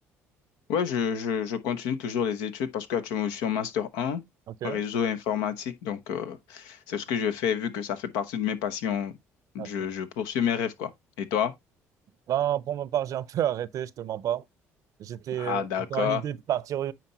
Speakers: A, on the left; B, on the right.
A: Ouais, je, je, je continue toujours les études parce qu'actuellement, je suis en Master un,
B: Ok.
A: réseau informatique. Donc, euh, c'est ce que je fais vu que ça fait partie de mes passions.
B: Ah,
A: Je,
B: je te-
A: je poursuis mes rêves, quoi. Et toi?
B: Ben, pour ma part, j'ai un peu <laughs> arrêté, je te mens pas. J'étais
A: Ah,
B: euh,
A: d'accord.
B: dans l'idée de partir au